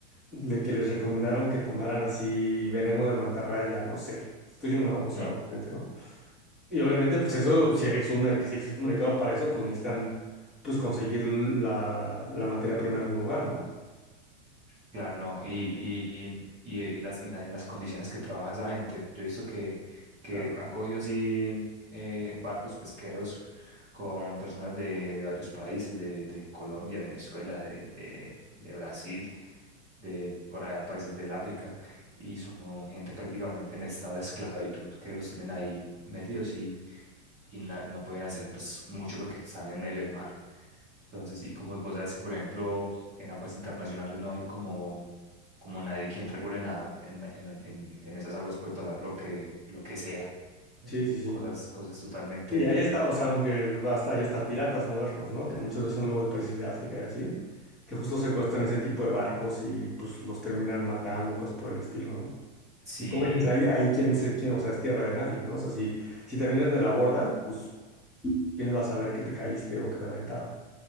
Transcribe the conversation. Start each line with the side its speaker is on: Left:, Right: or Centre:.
Centre: de que les recomendaron que tomaran así veneno de mantarraya, no sé. Estoy siendo un abusado,
Right: Mm.
Centre: obviamente, ¿no? Y obviamente, pues eso, si es un, merc- si existe un mercado para eso, pues necesitan, pues conseguir la, la materia prima de algún lugar, ¿no?
Right: Claro, no. Y, y, y, y las, y la- en las condiciones que trabaja esa gente, yo he visto que, que
Centre: La-
Right: han cogido así eh, barcos pesqueros con personas de, de varios países, de, de Colombia, Venezuela, de, de, de Brasil, de para países del África, y son gente prácticamente en estado de esclavitud que los tienen ahí metidos y, y na- no pueden hacer pues mucho porque están en medio del mar. Entonces, y como vos sabes que, por ejemplo, en aguas internacionales no hay como, como nadie quien regule nada. En, en, en, en esas aguas puede pasar lo que, lo que sea.
Centre: Sí, sí, sí.
Right: Cosas, cosas totalmente.
Centre: Y ahí está, o sea, aunque basta, ahí está piratas modernos, ¿no? Que muchas veces son luego de países de África y así, que justo secuestran ese tipo de barcos y pues los terminan matando, cosas por el estilo, ¿no?
Right: Sí.
Centre: Y como dices, ahí, ahí quien se, quien, o sea, es tierra de nadie, ¿no? O sea, si, si te vienes de la borda, pues ¿Quién va a saber que te caíste o que te reventaron?